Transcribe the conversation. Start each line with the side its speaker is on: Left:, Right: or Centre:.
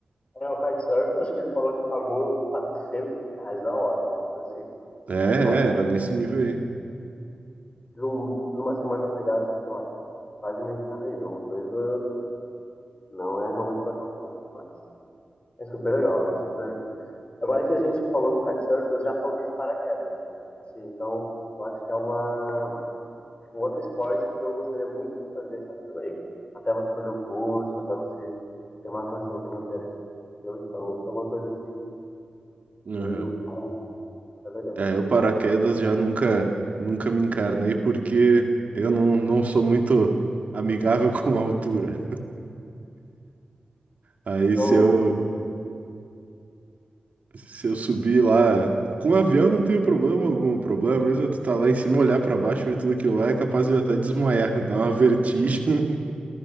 Left: É o kitesurf, eu acho que ele falou que pagou 400 reais a hora, é uma coisa assim.
Right: É, é,
Left: Ah, tá.
Right: era nesse nível aí.
Left: Num- Numa semana você gasta, sei lá, quase mil reais, uma coisa. Não é realmente para qualquer um. mas É super legal, eu super. Agora que a gente falou do kitesurf, eu já saltei de paraquedas. Assim, então eu acho que é uma um outro esporte que eu gostaria muito de fazer, só que também. Até você fazer o curso, até você ter uma condição financeira de ter o equipamento, é uma coisa assim,
Right: Aham.
Left: meio calma, mas é legal.
Right: É, o paraquedas já nunca, nunca me encarnei porque eu não, não sou muito amigável <laughs> com a altura. Aí
Left: Não,
Right: se eu, se eu subir lá com o avião não tenho problema algum. O problema mesmo é tu tá lá em cima, olhar pra baixo, ver tudo aquilo lá, é capaz de até desmaiar, <laughs> dar uma vertigem.